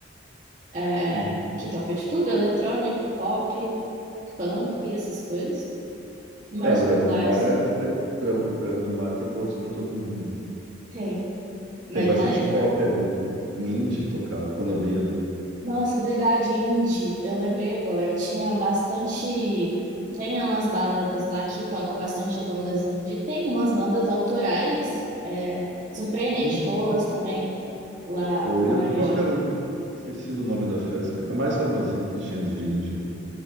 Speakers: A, on the right; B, on the right.
A: é,
B: Sim.
A: que toca de tudo, eletrônico, pop, punk, essas coisas. mais
B: É, o Dragão
A: populares.
B: do Mar é, te- Dra- Dragão do Mar tem gosto pra todo mundo, né?
A: Tem. Mas
B: Tem bastante
A: é.
B: pop ali no indie tocava quando eu ia, né?
A: Nossa, verdade, indie. Eu lembrei agora. Tinha bastante. Tem umas baladas lá que toca bastante bandas indie. Tem umas bandas autorais, é, surpreendente
B: Sim, sim.
A: boas também, lá,
B: Eu
A: lá
B: ia,
A: na região.
B: qual que era o nome? Esqueci do nome da festa, a mais famosinha que tinha de indie, né?